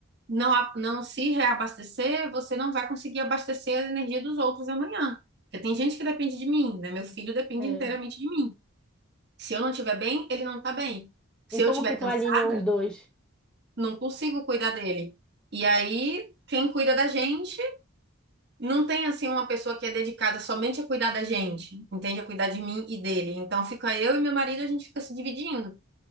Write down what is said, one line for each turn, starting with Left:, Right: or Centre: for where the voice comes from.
Right: não, a- não se reabastecer, você não vai conseguir abastecer a energia dos outros amanhã. Porque tem gente que depende de mim, né? Meu filho depende
Centre: é.
Right: inteiramente de mim. Se eu não estiver bem, ele não está bem. Se
Centre: E
Right: eu
Centre: como
Right: estiver
Centre: que tu
Right: cansada
Centre: alinha os dois?
Right: não consigo cuidar dele. E aí, quem cuida da gente não tem assim uma pessoa que é dedicada somente a cuidar da gente, entende? A cuidar de mim e dele. Então fica eu e meu marido, a gente fica se dividindo.